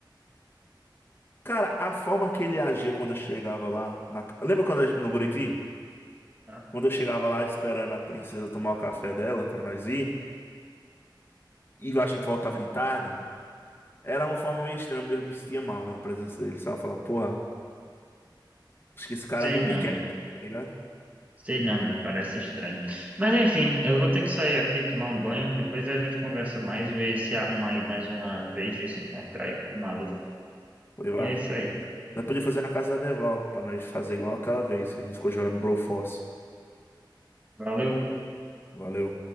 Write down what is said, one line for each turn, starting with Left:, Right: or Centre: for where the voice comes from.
Left: Cara, a forma que ele agia quando eu chegava lá. na- Lembra quando eu- no Buriti?
Right: tá?
Left: Quando eu chegava lá esperando a princesa tomar o café dela pra nós ir, e a gente voltava de tarde, era uma forma meio estranha, eu me sentia mal na presença dele, sabe? Eu falava, porra, acho que esse cara
Right: Sei
Left: não
Right: não,
Left: me quer aqui, tá ligado?
Right: sei não, me parece estranho. Mas enfim, eu vou ter que sair aqui, tomar um banho, depois a gente conversa mais, ver se arruma aí mais uma vez, ver se encontrar aí com o maluco.
Left: Foi lá.
Right: E é isso aí.
Left: Nós podia fazer na casa da Deval, pra nós fazer igual aquela vez que a gente ficou jogando Brawl Force.
Right: Valeu.
Left: Valeu.